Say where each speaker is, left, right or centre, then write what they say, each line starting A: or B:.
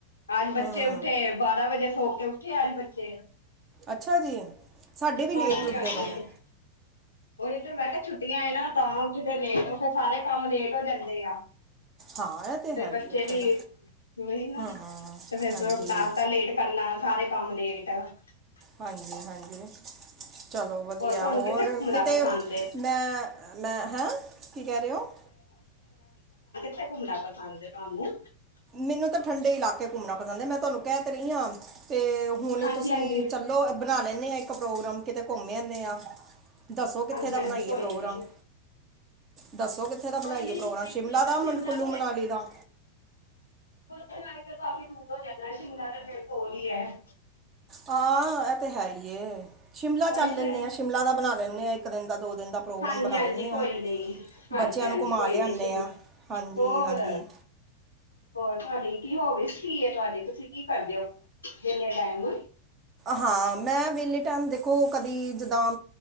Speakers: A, on the left; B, on the right.
A: ਅੱਜ ਬੱਚੇ
B: ਹੂੰ
A: ਉੱਠੇ ਬਾਰਾਂ ਵਜੇ ਸੋ ਕੇ ਉਠ ਕਠੇ ਆਏ ਬੱਚੇ।
B: ਅੱਛਾ ਜੀ। ਸਾਡੇ ਵੀ
A: ਹਾਂਜੀ
B: ਲੇਟ ਹੀ ਉੱਠਦੇ
A: ਹਾਂਜੀ।
B: ਪਏ ਨੇ
A: ਤੇ ਮੈਂ ਕਿਹਾ ਛੁੱਟੀਆਂ ਐ ਨਾ ਤਾਂ ਉਠਦੇ ਲੇਟ ਹੋ ਫਿਰ ਸਾਰੇ ਕੰਮ ਲੇਟ ਹੋ ਜਾਂਦੇ ਆ।
B: ਹਾਂ ਇਹ
A: ਤੇ
B: ਹੈ
A: ਬੱਚੇ
B: ਹੀ ਹੈ
A: ਵੀ
B: ਫਿਰ
A: ਨਈ ਨਾ
B: ਹੂੰ
A: ਤੇ
B: ਹੂੰ,
A: ਫੇਰ
B: ਹਾਂਜੀ
A: ਨਾਸ਼ਤਾ ਲੇਟ ਕਰਨਾ ਸਾਰੇ ਕੰਮ ਲੇਟ। <unintelligible>
B: ਹਾਂਜੀ ਹਾਂਜੀ। ਚਲੋ ਵਧੀਆ
A: ਤੁਹਾਨੂੰ
B: ਹੋਰ
A: ਕਿੱਥੇ ਘੁੰਮਣਾ
B: ਕਿਤੇ
A: ਪਸੰਦ ਏ
B: ਮੈਂ ਮੈਂ ਹੈਂ ਕੀ ਕਹਿ ਰਹੇ ਹੋ?
A: ਕਿਥੇ ਘੁੰਮਣਾ ਪਸੰਦ ਏ? <unintelligible>
B: ਮੈਨੂੰ ਤਾਂ ਠੰਡੇ ਇਲਾਕੇ ਘੁੰਮਣਾ ਪਸੰਦ ਏ ਮੈਂ ਤੁਹਾਨੂੰ ਕਿਹ ਰਹੀ ਹਾਂ। ਤੇ ਹੁਣ
A: ਹਾਂਜੀ
B: ਤੁਸੀ
A: ਹਾਂਜੀ
B: ਚਲੋ ਬਣਾ ਲੈਂਨੇ ਆ ਪ੍ਰੋਗਰਾਮ ਕਿਤੇ ਘੁੰਮ ਆਨੇ ਆਂ। ਦੱਸੋ ਕਿੱਥੇ
A: ਹਾਂਜੀ
B: ਦਾ
A: ਹਾਂਜੀ
B: ਬਣਾਈਏ
A: ਕੋਈ
B: ਪ੍ਰੋਗਰਾਮ
A: ਨਹੀਂ
B: ਦੱਸੋ ਕਿੱਥੇ ਦਾ ਬਣਾਈਏ
A: ਕੋਈ ਨਹੀਂ
B: ਪ੍ਰੋਗਰਾਮ
A: ਦੇਖ
B: ਸ਼ਿਮਲਾ
A: ਲਈ
B: ਦਾ
A: ਸ਼ਿਮਲਾ
B: ਕੁੱਲੂ ਮਨਾਲੀ ਦਾ?
A: ਕੁੱਲੂ ਮਨਾਲੀ ਤਾਂ ਕਾਫੀ ਦੂਰ ਹੋ ਜਾਂਦਾ ਸ਼ਿਮਲਾ ਤੇ ਫੇਰ ਕੋਲ ਹੀ ਹੈ।
B: ਹਾਂ ਇਹ ਤੇ ਹੈ ਹੀ ਏ। ਸ਼ਿਮਲਾ
A: ਉਹੀ
B: ਚੱਲ ਲੈਂਨੇ
A: ਤੇ
B: ਆ ਸ਼ਿਮਲਾ ਦਾ ਬਣਾ ਲੇਨੇ ਆ ਇੱਕ ਦਿਨ ਦਾ ਦੋ ਦਿਨ ਦਾ ਪ੍ਰੋਗਰਾਮ
A: ਹਾਂਜੀ
B: ਬਣਾ
A: ਹਾਂਜੀ
B: ਲੈਨੇ
A: ਕੋਈ
B: ਆ
A: ਨਹੀਂ ਹਾਂਜੀ
B: ਬੱਚਿਆਂ
A: ਹਾਂਜੀ
B: ਨੂੰ ਘੁਮਾ
A: ਕੋਈ
B: ਲਿਆਨੇ
A: ਨੀ ਸ਼ਿਮਲਾ
B: ਆ ਹਾਂਜੀ
A: ਹੋਰ
B: ਹਾਂਜੀ
A: ਹੋਰ ਤੁਹਾਡੇ ਕੀ ਹੋਬੀਸ ਕੀ ਹੈ? ਤੁਹਾਡੀ ਤੁਸੀ ਕੀ ਕਰਦੇ ਹੋ? ਵਿਹਲੇ ਟਾਈਮ
B: ਹਾਂ ਮੈਂ ਵਿਹਲੇ ਟਾਈਮ ਦੇ ਦੇਖੋ ਕਦੀ ਜਿੱਦਾਂ